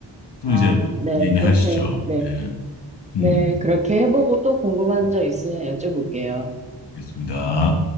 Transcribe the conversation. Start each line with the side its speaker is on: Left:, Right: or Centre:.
Left: 또
Right: 아,
Left: 이제
Right: 네.
Left: 얘기하시죠.
Right: 그렇게, 네.
Left: 네. 음,
Right: 네. 그렇게 해보고 또 궁금한
Left: 네,
Right: 점 있으면 여쭤볼게요.
Left: 알겠습니다.